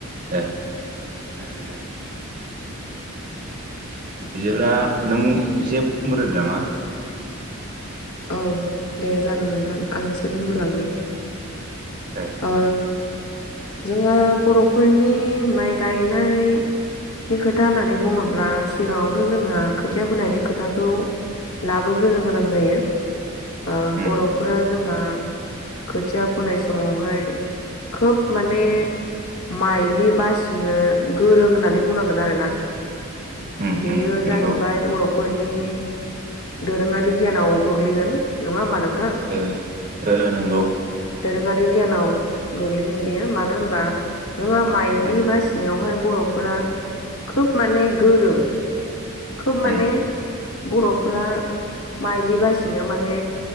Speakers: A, on the right (about 40°); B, on the left (about 80°).
A: दे जागोन दे। बिदिब्ला नों एसे बुंग्रो नामा?
B: औ दे जागोन नोंथां आं एसे बुंग्रोलांनि।
A: दे
B: ओ जोंहा बर' फोरनि माइ गायनाय नि खोथा होननानै बुङोब्ला सिगाङावनो जोंहा खोथिया फोनायनि खोथाखौ लाबोग्रोनो गोनां जायो। ओ
A: उम
B: बर'फोरा जोंहा खोथिया फोनाय समावहाय खोब माने माइलि बासिनो गोरों होननानै बुंनांगोन आरोना।
A: उम
B: बेयो
A: उम नंगौ
B: जाहैबाय बर' फोरनि दोरोङारि गियानाव गोग्लैगोन। नङा होमबा नोंथां?
A: ओ ओ ओ नंगौ
B: दोरोङारि गियानाव गोग्लैगोन बियो मानो होनबा जोंहा माइलि
A: उम
B: बासिनायावहाय बर'फोरा खोब माने गोरों। खोब माने
A: उम
B: बर'फ्रा माइलि बासि नायाव माने